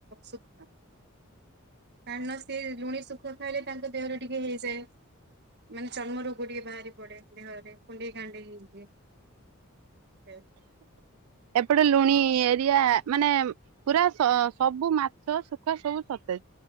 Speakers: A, on the right; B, on the right.
A: ଶୁଖୁଆ। କାରଣ ସିଏ ଲୁଣି ସୁଖୁଆ ଖାଇଲେ ତାଙ୍କ ଦେହରେ ଟିକେ ହେଇଯାଏ। ମାନେ ଚର୍ମ ରୋଗ ଟିକେ ବାହାରି ପଡେ ଦେହରେ କୁଣ୍ଡେଇ କାଣ୍ଡେଇ ହେଇ ଯାଏ। ସେଠ।
B: ଏପଟେ ଲୁଣି ଏରିଆ ମାନେ ପୁରା ସ-ସବୁ ମାଛ ଶୁଖୁଆ ସବୁ ସତେଜ